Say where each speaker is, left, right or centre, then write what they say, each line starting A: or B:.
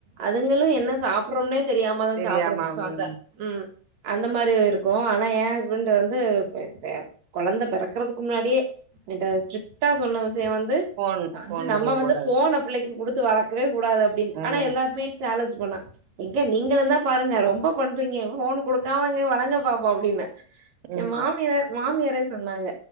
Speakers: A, on the right; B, on the right.
A: அதுங்களு என்ன சாப்ட்ற றம்னே தெரியாம தா
B: தெரியாம
A: சாப்டணு சோ
B: ம்
A: அந்த ம் அந்த மாரி இருக்கு ஆனா எ ஹஸ்பண்ட் வந்து எப்ப கொழந்த பெறக்றதுக்கு முன்னாடியே என்ட்ட ஸ்ட்ரிக்டா சொன்ன விஷ் ய வந்து
B: ஃபோன்
A: அது
B: ஃபோன் குடுக்க
A: நம்ம வந்து
B: கூடாது
A: ஃபோனப் பிள்ளைக்கு குடுத்து வளக்கவே கூடாது அப்டின்னு
B: ம்
A: ஆனா எல்லாருமே சேலஞ்ஜு பண்ணோ எங்க நீங்களுந்தா பாருங்க ரொம்ப பண் றீங்க ஃபோனு குடுக்காம நீங்க வளங்க பாப்போ அப்டின்னு
B: ம்
A: எ மாமியார் மாமியாரே சொன்னாங்க